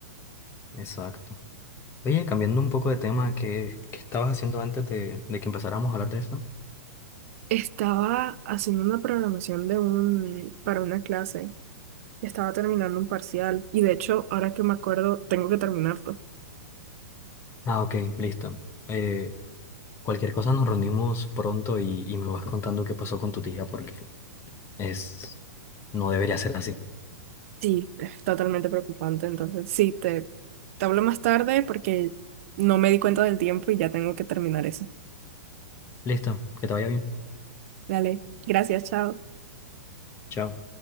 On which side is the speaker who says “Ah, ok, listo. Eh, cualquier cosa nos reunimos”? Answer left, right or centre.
Left